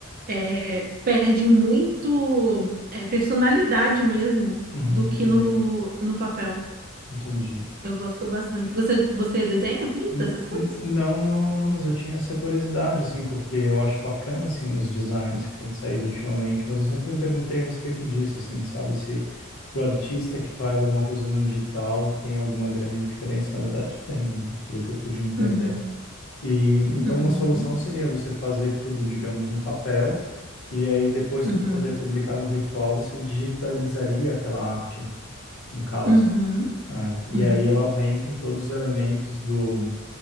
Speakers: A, on the right; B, on the left.
A: é, perde muito, é, personalidade mesmo
B: Uhum,
A: do que
B: entendi,
A: no, no papel.
B: entendi.
A: Eu gosto bastante. Você, você desenha, pinta
B: N-
A: essas coisas?
B: n- Não, não, não, mas eu tinha essa curiosidade, assim, porque eu acho bacana, assim, os designs que têm saído ultimamente, mas eu sempre me perguntei a respeito disso, assim, sabe, se pro artista que faz alguma coisa no digital tem alguma grande diferença, na verdade tem, né, pelo que eu pude entender.
A: Uhum,
B: E, então,
A: uhum.
B: uma solução seria você fazer tudo, digamos, no papel, e aí depois,
A: Uhum,
B: para poder publicar no virtual, você digitalizaria aquela arte, no caso.
A: uhum,
B: É, e
A: uhum,
B: aí ela vem com todos os elementos do